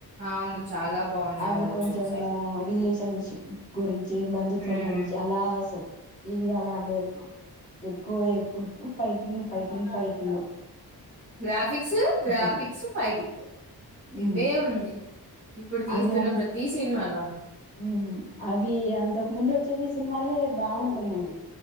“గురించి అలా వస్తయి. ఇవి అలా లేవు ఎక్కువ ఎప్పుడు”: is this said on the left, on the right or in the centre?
Left